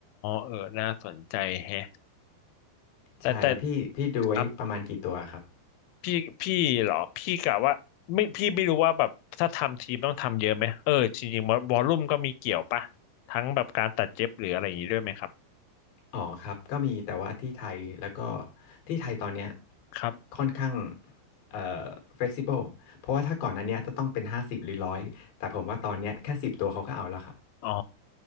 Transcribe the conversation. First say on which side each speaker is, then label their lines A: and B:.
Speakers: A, on the left (about 85°); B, on the left (about 60°).
A: เออน่าสนใจแฮะแต่แต่
B: ใช่แล้วพี่พี่ดูไว้ประมาณกี่ตัวครับ
A: ครับ พี่พี่เหรอพี่กะว่าไม่พี่ไม่รู้ว่าแบบถ้าทำทีมต้องทำเยอะไหมเออจริงๆวอลลุ่มก็มีเกี่ยวปะทั้งแบบการตัดเย็บหรืออะไรอย่างนี้ด้วยไหมครับ
B: อ๋อครับก็มีแต่ว่าที่ไทยแล้วก็ที่ไทยตอนเนี้ย
A: ครับ
B: ค่อนข้างเอ่อ flexible เพราะว่าถ้าก่อนหนั้นเนี้ยจะต้องเป็นห้าสิบหรือร้อยแต่ผมว่าตอนเนี้ยแค่สิบตัวเขาก็เอาแล้วครับ
A: อ๋อ